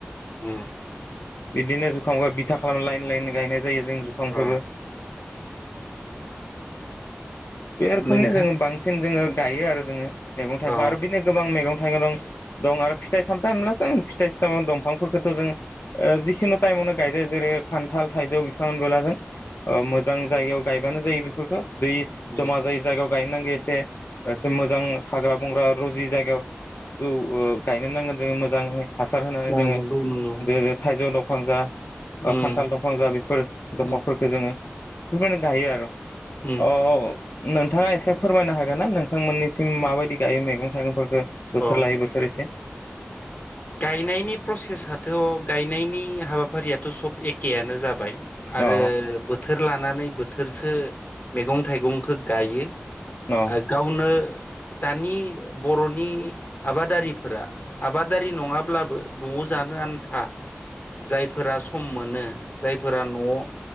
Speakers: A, on the left; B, on the left.
A: ओम
B: इदिनो जुखामखो बिथा खालाम लइन लाइन गायनाय जायो जों जुखामखोबो
A: ओ
B: बे रोखोमनि
A: नोंथां
B: जोङो बांसिन जोङो गायो आरो जोङो मेगं थाइगखो
A: अ
B: आरो बिदिनो गोबां थाइगं दं आरो फिथाइ सामथाइ दंफांफोरखोथ जों ओ जि खुनुताइमावनो गायदो जेरै खान्थाल थाइजौ होनबोला जों ओ मोजां जायगायाव गायबानो जायो बेफोरखो दै
A: उम
B: जमा जायि जायगायाव गायनांगो एसे एसे मोजां हाग्रा बंग्रा रजि जायगायाव औ ओ गायनो नांगोन जोङो मोजाङै हासार होनानै
A: ओ
B: जोङो
A: नंगौ नंगौ
B: जेरै थाइजौ दंफां जा ओ
A: उम
B: खान्थाल दंफां जा बेफोर
A: उम
B: दंफांफोरखौ जोङो <unintelligible> गायो आर'
A: उम
B: अ नोंथाङा एसे फोरमायनो हागोन ना नोंथांमोननिसिम माबायदि गायो मैगं थाइगंफोर <unintelligible> बोथोर
A: अ
B: लायै बोथोर एसे
A: गायनायनि प्रसेसआथ' गायनायनि हाबाफारियाथ' सब ए केआनो जाबाय
B: अ
A: आरो बोथो र लानानै बोथोरसो मैगं थाइगंखो गायो।
B: अ
A: ओ गावनो दानि बर'नि आबादारिफोरा आबादारि नङाब्लाबो न'आव जानो आन्था जायफोरा सम मोनो जायफोरा न'